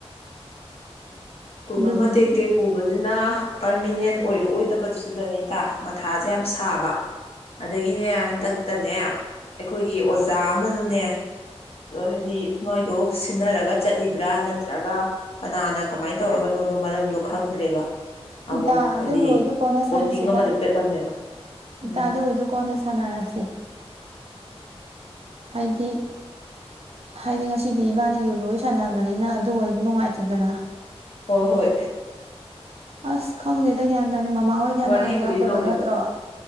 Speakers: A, on the left; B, on the right.
A: ꯁꯀꯨꯜ
B: ꯑꯗꯨꯕꯨꯗꯤ
A: ꯑꯃ ꯇꯦꯛ ꯇꯦꯛ ꯄꯨꯕ ꯅ ꯄꯔꯃꯤꯅꯦꯟ ꯑꯣꯏꯔꯛꯑꯣꯏꯗꯕꯁꯤꯗꯅꯦ ꯏꯇꯥ ꯃꯊꯥꯁꯦ ꯌꯥꯝ ꯁꯥꯕ ꯑꯗꯒꯤꯅꯦ ꯍꯟꯗꯛꯇꯅꯦ ꯑꯩꯈꯣꯏꯒꯤ ꯑꯣꯖꯥ ꯑꯃꯖꯨꯅꯦ ꯍꯥꯏꯗꯤ ꯃꯣꯏꯗꯣ ꯁꯤꯟꯅꯔꯒ ꯆꯠꯂꯤꯕ꯭ꯔꯥ ꯅꯠꯇ꯭ꯔꯒ ꯀꯅꯥꯅ ꯀꯃꯥꯏꯅ ꯇꯧꯔꯒꯅꯣꯗꯣ ꯃꯔꯝꯗꯣ ꯈꯪꯗ꯭ꯔꯦꯕ ꯑꯃꯨꯛ
B: ꯏꯇꯥ ꯑꯗꯨꯒꯤ
A: ꯍꯥꯏꯗꯤ
B: ꯑꯣꯏꯗꯨ ꯀꯣꯟꯅ
A: ꯄꯣꯁꯇꯤꯡ
B: ꯁꯥꯟꯅꯁꯤꯗ
A: ꯑꯃꯗ ꯆꯠꯂꯝꯃꯦꯕ ꯎꯝ
B: ꯏꯇꯥ ꯑꯗꯨ ꯑꯣꯏꯗꯨ ꯀꯣꯟꯅ ꯁꯥꯟꯅꯔꯁꯤ ꯍꯥꯏꯗꯤ ꯍꯥꯏꯗꯤ ꯉꯁꯤꯗꯤ ꯏꯕꯥꯅꯤꯒꯤ ꯑꯣꯏꯕ ꯋꯥꯔꯤ ꯁꯥꯟꯅꯕꯅꯤꯅ ꯑꯗꯨꯕꯨ ꯅꯨꯡꯉꯥꯏꯇꯦꯗꯅ
A: ꯍꯣꯏ ꯍꯣꯏ
B: ꯑꯁ ꯈꯪꯗꯦꯗ ꯒꯌꯥꯟ <unintelligible> ꯃꯃꯥ ꯍꯣꯏꯗꯤ ꯑꯅꯥ
A: ꯋꯥꯔꯤꯕꯨꯗꯤ
B: ꯑꯌꯦꯛ ꯌꯥꯎꯗꯕ
A: ꯇꯧꯔꯤꯕ
B: ꯅꯠꯇ꯭ꯔꯣ